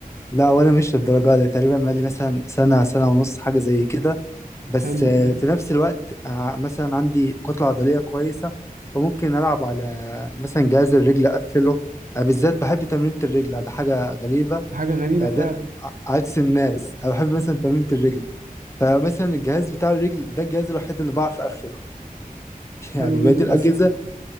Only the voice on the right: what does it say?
حلو
جدا
حاجة غريبة
فعلا
حلو
جدا
بس